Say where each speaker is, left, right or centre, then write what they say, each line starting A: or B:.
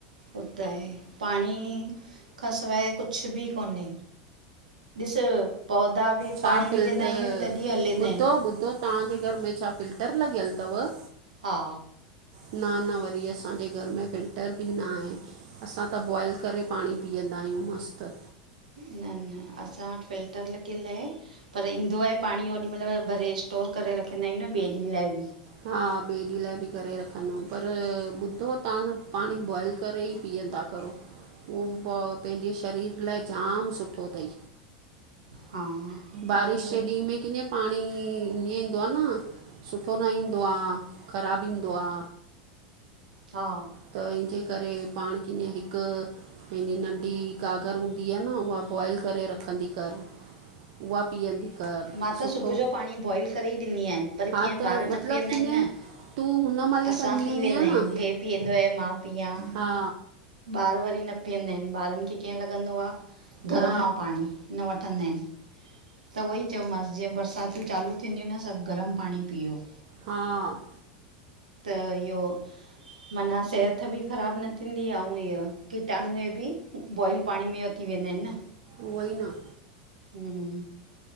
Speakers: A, on the right; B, on the right.
A: उ त आहे पाणीअ खां सवाइ कुझु ॿि कोन्हे। ॾिस पौधा ॿि
B: छा
A: पाणी
B: फिल्टर
A: विझंदा आहियूं तॾहिं हलंदा
B: ॿुधो
A: आहिनि।
B: ॿुधो तव्हांजे घर में छा फिल्टर लॻियल तवं?
A: हा
B: ना-ना वरी असांजे घर में फिल्टर ॿि ना आहे। असां त बॉइल करे पाणी पीअंदा आहियूं मस्तु।
A: न-न असां वटि फिल्टर लॻियलु आहे पर ईंदो आहे पाणी ओॾी महिल भरे स्टोर करे रखंदा आहियूं न ॿिए ॾींहं लाइ ॿि।
B: हा ॿिए ॾींहं लाइ ॿि करे रखंदुमि पर ॿुधो तव्हां पाणी बॉइल करे ई पीअंदा करो उहो प पंहिंजे शरीर लाइ जाम सुठो अथई।
A: हा
B: बारिश
A: उहो त
B: जे ॾींह में के पाणी ईअं ईंदो आ न, सुठो न ईंदो आ, ख़राबु ईंदो आ।
A: हा
B: त इंहिंजे करे पाण कं हिकु पंहिंजी नंढी कागर हूंदी आ न उहा बॉइल करे रखंदी कर उहा पीअंदी कर
A: मां त
B: सुठो
A: सुबुह जो पाणी बॉइल करे ई ॾींदी यनं पर
B: हा
A: कीअं
B: त
A: ॿार
B: मतिलबु
A: न पीअंदा
B: कीअं
A: ऐंन न।
B: तूं हुन महिल ई
A: असां
B: कंदी
A: पी
B: हूंदी
A: वेंदा
B: आहे
A: आहियूं
B: न
A: हे पीअंदो आ मा पिया,
B: हा
A: ॿार वरी न पीअंदा आहिनि ॿारनि खे कीअं लॻंदो आ
B: हा
A: गरम आ पाणी न वठंदा आहिनि। त उहो ई चयोमांसि जीअं बरसातियूं चालू थींदियूं न सभु गरम पाणी पीओ।
B: हा
A: त इहो माना सेहत ॿि ख़राबु न थींदी आउ इयो कीटााणु ॿि बॉइल पाणी में अ थी वेंदा आहिनि न।
B: उवोई न
A: हूं